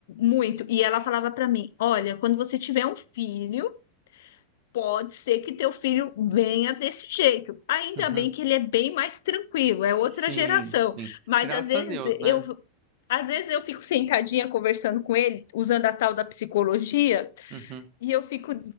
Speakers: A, on the left; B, on the right.
A: muito. E ela falava para mim: Olha, quando você tiver um filho, pode ser que teu filho venha desse jeito. Ainda
B: uhum.
A: bem que ele é bem mais tranquilo, é outra
B: Sim,
A: geração.
B: sim.
A: Mas
B: Graças
A: às vezes
B: a Deus, né?
A: eu, às vezes eu fico sentadinha conversando com ele, usando a tal da psicologia,
B: Uhum,
A: e eu fico